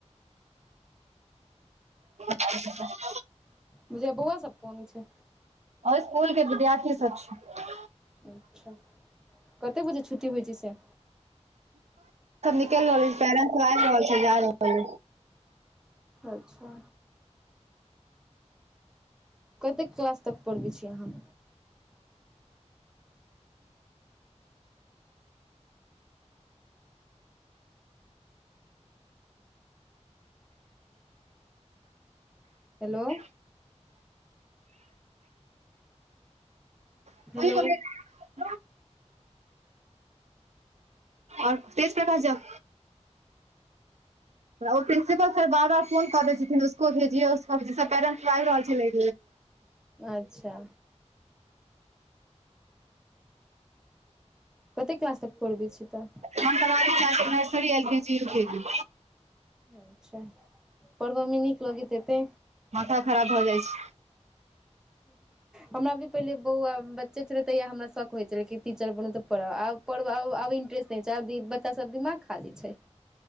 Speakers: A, on the right; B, in the centre.
A: <unintelligible>
B: बुझे बौआ सब कोनी छै
A: आओर स्कूल के विद्यार्थी सब छै
B: अच्छा कते बजे छुट्टी होइ छै से
A: छ निकलि रहल छै पैरें सब आ रहल छै जा रहल
B: अच्छा कतेक क्लास तक पढ़बै छी अहाँ हेलो
A: <inaudible> <inaudible>
B: हेलो
A: आओर तेज प्रथा सब ओ प्रिंसिपल सर बार बार फोन कऽ दै छथिन उसको भेजियौ पेरेन्ट्स आबि रहल छलै
B: अच्छा कतेक क्लास तक पढ़बै छी तऽ
A: हम पर नर्सरी एलकेजी युकेजी
B: अच्छा पढ़ब मे नीक लगैत हेतै
A: माथा खराब भ जाइ छै
B: हमरा भी पहिले बहुआ बच्चे छलै तहिया हमरा शौक होइ छलै कि टीचर बनू तऽ पढ़ऽ आब पढ़ आब इंटरस्ट नहि छै अ बच्चा सब दिमाग खाली छै